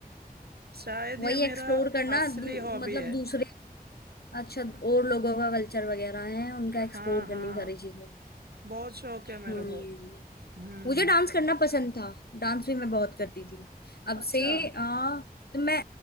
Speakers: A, on the right; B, on the left.
A: शायद
B: वही
A: ये
B: एक्सप्लोर
A: मेरा
B: करना
A: असली
B: दू,
A: हॉबी
B: मतलब
A: है
B: दूसरे अच्छा और लोगों का कल्चर वगैरह है उनका
A: हाँ
B: एक्सप्लोर करनी
A: हाँ
B: सारी चीजें
A: बहुत शौक है मेरे
B: हम्म
A: को हम्म
B: मुझे डांस करना पसंद था डांस भी मैं बहुत करती थी अब
A: अच्छा
B: से आ, तो मैं